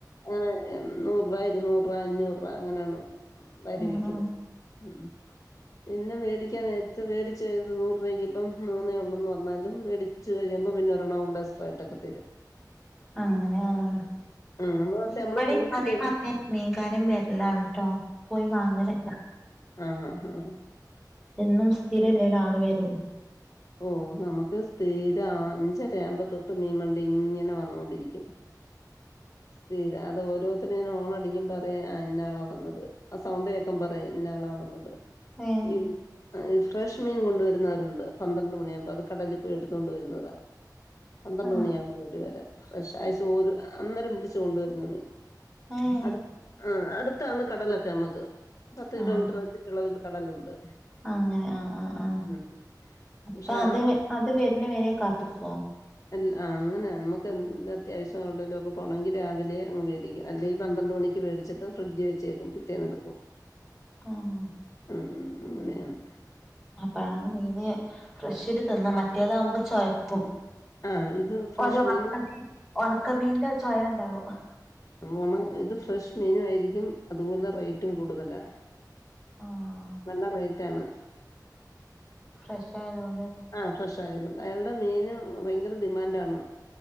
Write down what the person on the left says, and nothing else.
ആനേ നൂറ്രാ ഇരുനൂറ്‌രാ അഞ്ഞൂറ്രാ അങ്ങനെയാണോ വരിവിക്കുന്നത്
ഉം പിന്നെ മേടിക്കാൻ നേരത്ത് വേടിച്ചത് നൂർ രൂപക്ക് ഇപ്പം മൂന്നേ ഒള്ളുന്ന് പറഞ്ഞാലും മേടി ചു കഴിയുമ്പോ പിന്നെ ഒരണ്ണം കൂടെ എസ്ട്രായിട്ടൊക്കെ തരും
ഉം നമ്മള് പക്ഷെ നമ്മള്
തൂക്കി
വെ
ആഹ് ആഹ് ആഹ്
ഓഹ് നമുക്ക് സ്ഥീരം അഞ്ചര ആമ്പം തൊട്ട് മീൻ വണ്ടി ഇങ്ങനെ വന്നോണ്ടിരിക്കും തീരാ അത് ഓരോര്ത്തര്ങ്ങനെ ഹോണടിക്കും പറയാ ആഹ് ഇന്നാളാ വന്നത് ആ സൗണ്ട് പ്പം പറയാം ഇന്നാളാ വന്നത്
ഈ ആ ഈ ഫ്രഷ് മീൻ കൊണ്ടുവരുന്നവരുണ്ട് പന്ത്രണ്ട് മണിയാവുമ്പോ അത് കടലിപോയി എടുത്തു കൊണ്ട് വരുന്നതാ പന്ത്രണ്ട്
മണിയാവുമ്പോ ഒരു ഫ്രഷ് ഐസുപോലും ഇടാ അന്നേരം പിടിച്ചു കൊണ്ടുവരുന്ന മീൻ
അടു ആഹ് അടുത്താണ് കടലൊറ്റ ഞമ്മക്ക് പത്ത് കിലോമീറ്ററ്
ചുറ്റളവില് കടലുണ്ട്
ഉം
പക്ഷെ
ആ മീൻ
അല്ല അങ്ങനെ നമുക്ക് എന്ത് അത്യാവശ്യം ഒടലൊക്ക പോണങ്കിൽ രാവിലെ അങ്ങ് മേടിക്കും അല്ലേ പന്ത്രണ്ട് മണിക്ക് മേടിച്ചിട്ട് ഫ്രിഡ്ജി വെച്ചേക്കും പിറ്റേന്നെടുക്കും
ഉം അങ്ങനെയാന്ന്
ആഹ് ഇത് ഫ്രഷ്
മീൻ
ആണം ഇത് ഫ്രഷ് മീനു ആയിരിക്കും അതുപോലെ റേയ്റ്റും കൂടുതലാ
നല്ല റേയ്റ്റ് ആണ്
ആഹ് ഫ്രഷായത് കൊണ്ട് അയാളുടെ മീൻ ഭയങ്കര ഡിമാൻണ്ടാണ്